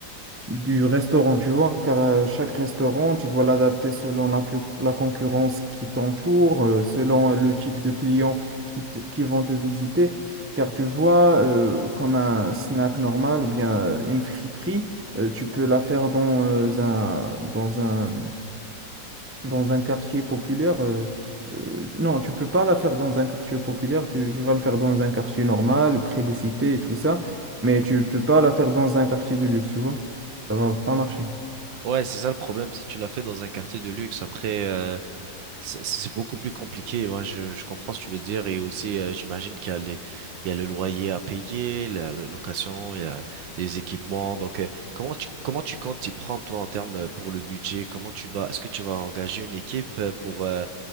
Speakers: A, on the right (about 15°); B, on the right (about 75°).
A: du restaurant, tu vois, car euh, chaque restaurant, tu dois l'adapter selon la, cu- la concurrence qui t'entoure, euh, selon le type de clients qui, te- qui vont te visiter, car tu vois, euh, comme un snack normal ou bien une friterie, euh, tu peux la faire dans euh, un, dans un dans un quartier populaire, euh, euh, non, tu peux pas la faire dans un quartier populaire, tu, tu vas le faire dans un quartier normal, près des cités et tout ça, mais tu peux pas la faire dans un quartier de luxe, tu vois. Ça va pas marcher.
B: Ouais, c'est ça le problème, c'est que tu l'as fait dans un quartier de luxe. Après, euh, C'est c'est beaucoup plus compliqué, ouais, je, je comprends ce que tu veux dire et aussi euh, j'imagine qu'il y a les, il y a le loyer à payer, la la location, il y a les équipements. Donc euh, comment tu comment tu comptes t'y prendre toi en termes euh, pour le budget? Comment tu vas est-ce que tu vas engager une équipe euh, pour euh,